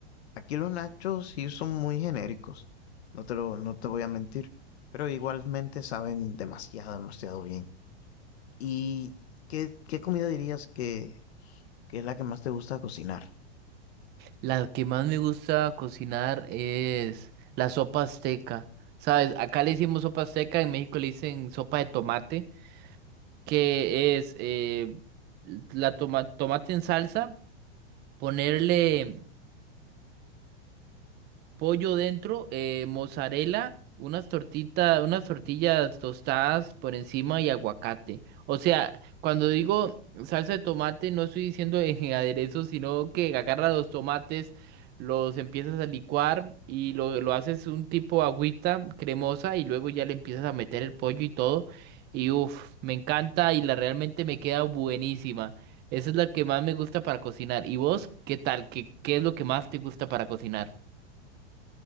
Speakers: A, on the left; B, on the right.
A: aquí los nachos sí son muy genéricos. No te lo, no te voy a mentir, pero igualmente saben demasiado, demasiado bien. ¿Y qué, qué comida dirías que, que es la que más te gusta cocinar?
B: La que más me gusta cocinar es la sopa azteca. ¿Sabes? Acá le decimos sopa azteca, en México le dicen sopa de tomate, que es eh, la toma- tomate en salsa, ponerle pollo dentro, eh, mozzarella, unas tortitas, unas tortillas tostadas por encima y aguacate. O sea, cuando digo salsa de tomate, no estoy diciendo en <laughs> aderezo, sino que agarra los tomates, los empiezas a licuar y lo, lo haces un tipo agüita cremosa y luego ya le empiezas a meter el pollo y todo. Y uff, me encanta y la realmente me queda buenísima. Esa es la que más me gusta para cocinar. ¿Y vos qué tal? ¿Qué, qué es lo que más te gusta para cocinar?